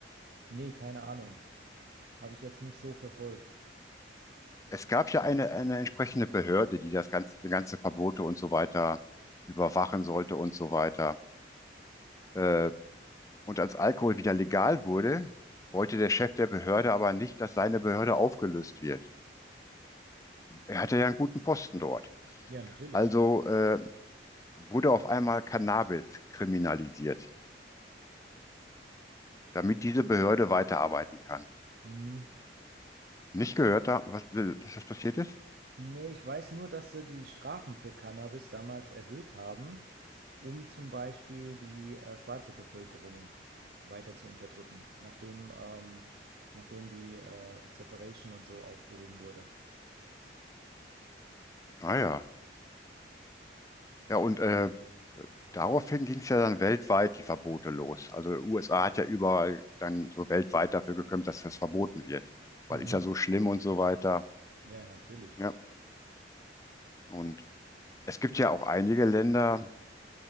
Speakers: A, on the right; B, on the left.
A: nee, keine Ahnung. Habe ich jetzt nicht so verfolgt.
B: Es gab ja eine, eine entsprechende Behörde, die das ganze, die ganze Verbote und so weiter überwachen sollte und so weiter. Äh, und als Alkohol wieder legal wurde, wollte der Chef der Behörde aber nicht, dass seine Behörde aufgelöst wird. Er hatte ja einen guten Posten dort.
A: Ja, natürlich.
B: Also äh, wurde auf einmal Cannabis kriminalisiert, damit diese Behörde weiterarbeiten kann.
A: Hm.
B: Nicht gehört, da, was, äh, dass das passiert ist?
A: Nee, ich weiß nur, dass sie die Strafen für Cannabis damals erhöht haben, um zum Beispiel die äh, schwarze Bevölkerung weiter zu unterdrücken, nachdem, ähm, nachdem die äh, Separation und so aufgehoben wurde.
B: Ah ja. Ja, und äh, daraufhin ging es ja dann weltweit die Verbote los. Also USA hat ja überall dann so weltweit dafür gekämpft, dass das verboten wird, weil
A: Mhm.
B: ist ja so schlimm und so weiter.
A: Ja, ja, natürlich.
B: Ja, und es gibt ja auch einige Länder,